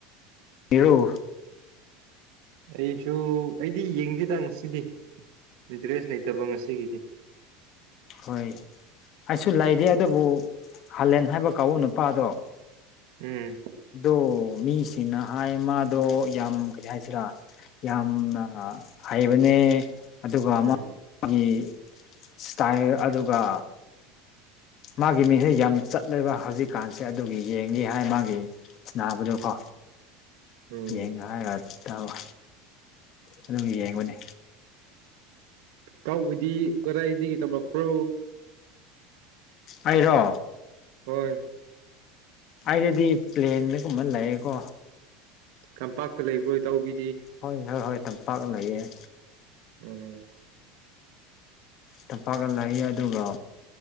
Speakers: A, on the left; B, on the right.
A: ꯌꯦꯔꯨ
B: ꯑꯩꯁꯨ ꯑꯩꯗꯤ ꯌꯦꯡꯗꯦꯗ ꯉꯁꯤꯗꯤ ꯏꯟꯇꯔꯦꯁ ꯂꯩꯇꯕ ꯉꯁꯤꯒꯤꯗꯤ
A: ꯍꯣꯏ ꯑꯩꯁꯨ ꯂꯩꯔꯤ ꯑꯗꯨꯕꯨ ꯍꯥꯂꯦꯟ ꯍꯥꯏꯕ ꯀꯎ ꯅꯨꯄꯥꯗꯣ
B: ꯎꯝ
A: ꯑꯗꯣ ꯃꯤꯁꯤꯅ ꯍꯥꯏ ꯃꯥꯗꯣ ꯌꯥꯝ ꯀꯔꯤ ꯍꯥꯏꯁꯤꯔꯥ ꯌꯥꯝꯅ ꯍꯩꯕꯅꯦ ꯑꯗꯨꯒ ꯑꯃꯒꯤ
B: ꯎꯝ
A: ꯏꯁꯇꯥꯏꯜ ꯑꯗꯨꯒ ꯃꯥꯒꯤ ꯃꯤꯡꯁꯦ ꯌꯥꯝ ꯆꯠꯂꯦꯕ ꯍꯧꯖꯤꯛꯀꯥꯟꯁꯦ ꯑꯗꯨꯒꯤ ꯌꯦꯡꯉ ꯍꯥꯏ ꯃꯥꯒꯤ ꯅꯥꯕꯗꯣꯀꯣ
B: ꯎꯝ
A: ꯌꯦꯡ ꯉ ꯍꯥꯏꯔ ꯇꯕ ꯑꯗꯨꯒ ꯌꯦꯡꯕꯅꯤ
B: ꯀꯥꯎꯕꯗꯤ ꯀꯗꯥꯏꯗꯒꯤ ꯇꯧꯂꯛꯄ꯭ꯔꯣ
A: ꯑꯩꯔꯣ
B: ꯍꯣꯏ
A: ꯑꯩꯔꯗꯤ ꯄ꯭ꯂꯦꯟꯗꯒꯨꯝꯕ ꯂꯩꯌꯦꯀꯣ
B: ꯀꯝꯄꯥꯛꯇ ꯂꯩꯕ꯭ꯔꯣꯏ ꯇꯧꯕꯤ
A: ꯍꯣꯏ ꯍꯣꯏ ꯍꯣꯏ ꯇꯝꯄꯥꯛ ꯂꯩꯑꯦ
B: ꯎꯝ
A: ꯇꯝꯄꯥꯛꯒ ꯂꯥꯛꯏ ꯑꯗꯨꯒ